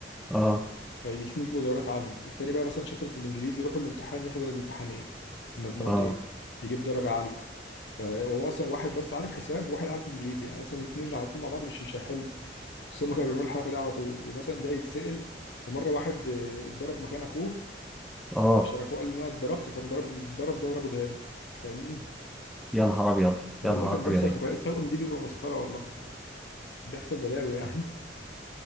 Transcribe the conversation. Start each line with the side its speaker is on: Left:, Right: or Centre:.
Centre: اه
Left: فالاثنين يجيبوا درجات عالية التاني بقى مثلا شاطر في الانجليزي يروح الامتحان يحضر الامتحانين المجموعتين
Centre: اه
Left: يجيب درجة عالية فهو اصلا واحد بس عارف حساب وواحد عارف انجليزي يعني اصلا الاثنين لو حطيتهم مع بعض مش مش هيحلوا بس هم كانوا بيعملوا الحركة دي على طول ومثلا ده يتسأل ومرة واحد آه، اتضرب مكان اخوه
Centre: اه
Left: عشان اخوه قال له انا اتضربت فمضرب الضرب ده ضربه دهان فاهمني
Centre: يا نهار ابيض
Left: والله
Centre: يا نهار
Left: كان بيحصل
Centre: ابيض
Left: في قراءة التوأم دي بيبقى مسخرة والله بيحصل بلاوي يعني